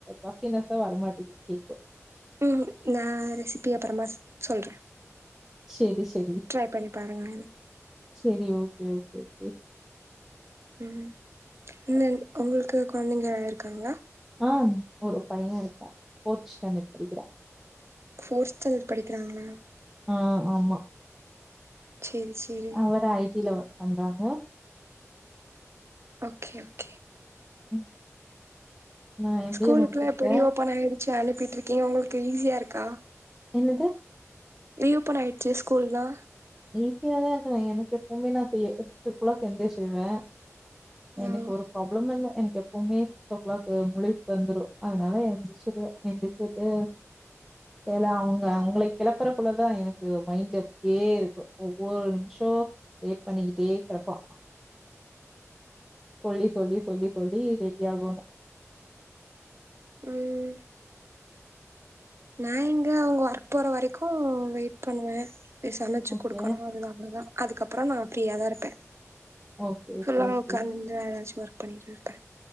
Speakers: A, in the centre; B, on the right.
A: பஃப்பினஸ்ஸா வரமாட்டேங்குது கேக்
B: ம் நான் ரெசிபி அப்பறமா சொல்றேன்
A: செரி செரி
B: ட்ரை பண்ணி பாருங்க
A: சேரி ஓகே ஓகே ஓகே
B: ம் என்ன உங்களுக்கு கொழந்தைங்க வே <unintelligible> இருக்காங்ளா
A: ஆ ஒரு பையே இருக்கா போர்த் ஸ்டாண்டர்ட் படிக்கிறா
B: ஃபோர்த்து படிக்கிறாங்க மேம்
A: ஆ ஆமா
B: சேரி சேரி
A: அவரு ஐ டி ல ஒர்க் பண்றாங்க
B: ஓகே ஓகே
A: ம் நா எம்
B: ஸ்கூலுக்குல்லா
A: பி ஏ முடிச்சிருக்கே
B: இப்போ ரீ ஓப்பன் ஆயிடுச்சு அனுப்பிட்டுருக்கீங்க உங்களுக்கு ஈஸியாருக்கா
A: என்னது
B: ரீ ஓப்பன் ஆய்டுச்சு ஸ்கூல்லா
A: ஈஸியா தாருக்கு எனக்கு எப்பவுமே நா செய்ய சிக்ஸ் ஒ கிளாக் எந்திரிசிருவே எனக்கு
B: ம்
A: ஒரு ப்ராப்ளமு இல்ல எனக்கு எப் எப்போமே சிக்ஸ் ஓ கிளாக் முழிப்பு வந்துரு அதனால எந்திருச்சிருவ எந்திருச்சிட்டு ஏல அவுங்க அவுங்கள கிளப்புறக்குள்ளதா எனக்கு மைண்ட் அப்டியே இருக் ஒவ்வொரு நிமிஷோ லேட் பண்ணிக்கிட்டே கெடப்பா சொல்லி சொல்லி சொல்லி சொல்லி ரெடி ஆகோணு
B: ம் நா எங்க அவுங்க ஒர்க் போற வரைக்கு வெயிட் பண்ணுவெ போய் சமைச்சு
A: ஓகே,
B: குடுக்கணு அது அவ்ளதா அதுக்கப்புறோ நா ஃப்ரீயாதாருப்பெ
A: ஓகே, ஓகே,
B: <unintelligible>
A: ஓகே.
B: உக்காந்து ஏதாச்சு ஒர்க் பண்ணிட்டிருப்ப